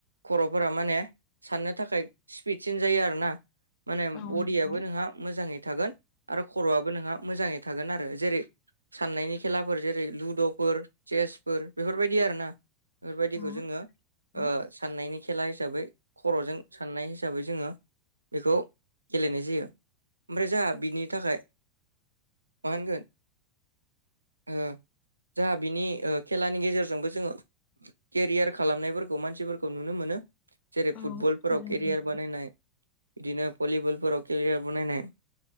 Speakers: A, on the right; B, on the left.
A: खर'फोरा माने साननो थाखाय स्पिडसिन जायो आरोना। माने
B: औ
A: बडियाबो
B: नंगौ
A: नोंहा मोजाङै थागोन आरो खर'आबो नोंहा मोजाङै थागोन आरो जेरै सान्नायनि खेलाफोर जेरै लु दुफोर चेसफोर बेफोरबायदि आरोना बेफोरबायदिखौ
B: औ
A: जोङो
B: औ
A: साननायनि खेला हिसाबै खर'जों साननाय हिसाबै जोङो बेखौ गेलेनाय जायो ओमफ्राय जोंहा बिनि थाखाय मा होनगोन ओ जाहा बिनि खेलानि गेजेरजोंबो जोङो केरियार खालामनायफोरखौ मानसिफोरखौ नुनो मोनो जेरै
B: औ
A: फुटबलफोराव
B: थारैनो
A: केरियार
B: नंगौ
A: बानायनाय बिदिनो भलिबलफोराव केरियार बनायनाय